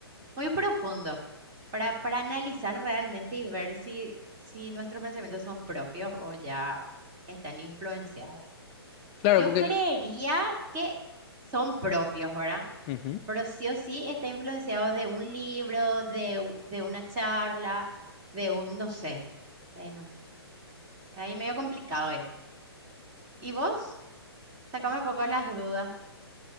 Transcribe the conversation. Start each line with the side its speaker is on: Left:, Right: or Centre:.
Right: muy profundo para, para analizar realmente y ver si, si nuestros pensamientos son propios o ya están influenciados.
Left: Claro,
Right: Yo
Left: porque...
Right: creería
Left: lo-
Right: que son propios, ¿verdad?
Left: ujú.
Right: pero sí o sí está influenciado de un libro, de, u- de una charla, de un, no sé. Eh, no, ahí medio complicado es. ¿Y vos? Sacame un poco las dudas.